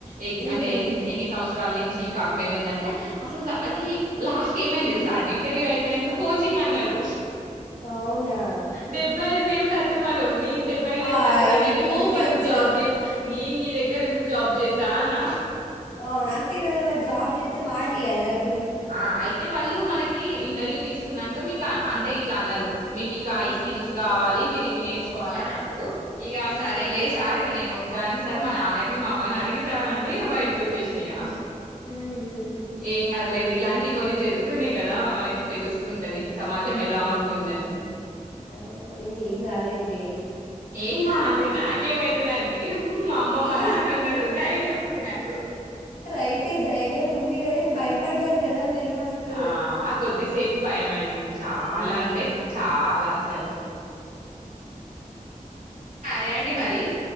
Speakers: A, on the right; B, on the left.
A: ఎ
B: మ్మ్
A: అంటే ఎని ఎన్ని సంవత్సరాల నుంచి కంపెనీ ఉందని కాని అసలు అది లాస్ట్ కి ఏమైంది తెలుసా అండి ఇంటర్వ్యూ అయిపోయినంకా కోచింగ్ అన్నారు.
B: అవునా
A: డెబ్బై ఐదు వేలు కట్టమన్నారు నేను డెబ్బై ఐదు వేలు
B: ఆ
A: కట్టేదాన్ని
B: ఇది
A: అయితే
B: టూ
A: నీకెందుకు
B: మచ్
A: జాబ్ చేత్త నేను నీ దగ్గర ఎందుకు జాబ్ చేత్తా అన్న
B: ఆహ్ అవునా, అంతే కదా మరి జాబ్ చేత్తే వాళ్ళు ఇయ్యాలి డబ్
A: ఆహ్ అయితే వాళ్ళు మనకు కీ ఇంటర్వ్యూ తీసుకునంకా మీకు అంటే ఇట్లా అన్నారు మీకు ఇక ఈ స్కిల్స్ కావాలి మీరు ఇవి నేర్చు కోవాల అని అన్నారు ఇక
B: మ్మ్
A: సరేలే సార్ ఇంగా నేను ఉన్ ఉంటాన్ సార్ మా నాన్నకి మా అమ్మని అడిగుతానని బయటకి వచ్చేసినా ఇగా
B: మ్మ్
A: ఏం కదులేండి ఇలాంటివి కొన్ని జరుగుతునే కదా మనకి తెలుస్తుంటది సమాజం ఎలా
B: అవును
A: ఉంటుందని
B: అవునవును ఇంకేం కాలేదు లే
A: ఏం కావాలి నాకేమైతదండి మా అమ్మ మా
B: ఆ
A: నాన్న ఉన్నారు ధైర్యం ఉంది నాకు
B: రైటే ధైర్యం ఉంది కద అని భయపడ్డారు కదా మీరు ఫస్ట్
A: ఆహ్ ఆ కొద్దిసేపు భయం అయింది చాలా
B: మ్మ్
A: అంటే చాలా అసలు సరే అండి మరి